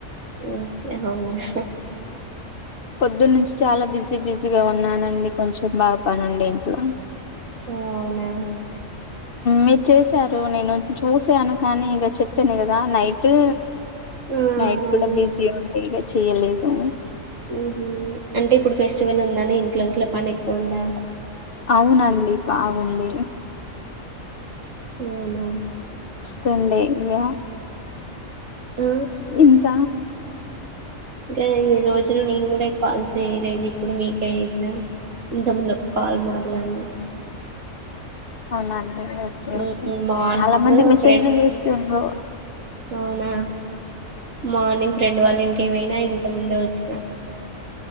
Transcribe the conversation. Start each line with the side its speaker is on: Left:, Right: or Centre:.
Right: ఉ ఏమోనే ఆహ్
Left: పొద్దున్న నుంచి చాలా బిజీ బిజీగా ఉన్నానండి కొంచెం బాగా పని ఉండే ఇంట్లో
Right: ఓ అవున
Left: మీరు చేసారు నేను చూసాను కానీ ఇగ చెప్పను కదా నైటు
Right: అవును
Left: నైట్ కూడా బీసీయే ఉండే ఇగ చేయలేదు
Right: మ్మ్ హ్మ్ అంటే ఇప్పుడు ఫెస్టివల్ ఉందని ఇంట్లో గిట్ల పని ఎక్కువ ఉందా
Left: అవునండి బాగుంది
Right: అవున
Left: కోండి ఎగ
Right: ఆ
Left: ఇంత
Right: ఇంక ఎన్ని రోజ్ క్చ్చుల్గా నేను కూడా ఈ కాల్స్ చేయలేదు ఇప్పుడు మీకే చేసినా ఇంతకముందు ఒక కాల్ మాట్లాడినా
Left: అవునా ఏ ఓకే
Right: ఉమ్,
Left: ఓకే
Right: మార్నింగ్
Left: చాలా మంది మెసేజ్లు
Right: ఫ్రెండ్
Left: చేస్తుండ్రు
Right: అవునా మార్నింగ్ ఫ్రెండ్ వాళ్ళ ఇంటికి ఒయినా ఇంత ముందే వచ్చిన